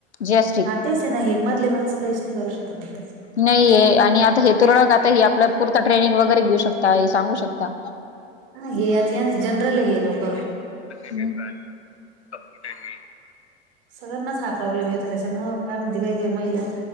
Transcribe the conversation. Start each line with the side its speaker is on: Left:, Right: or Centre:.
Left: जी एस टी
Right: हा तेच आहे ना हे मधले माणसं काहीच नाही करू शकत ना त्याच
Left: नही हे आणि आता हे तुरळक आत आता हे आपला पुरतां ट्रेनिंग वैगरे घेऊ शकता हे सांगू शकता.
Right: हे यात याने जनरल हे लोक.
Left: <unintelligible>
Right: सगळ्यांनाच हा प्रॉब्लेम येतो, त्याच्यामुळं काय म्हणते काही काही महिला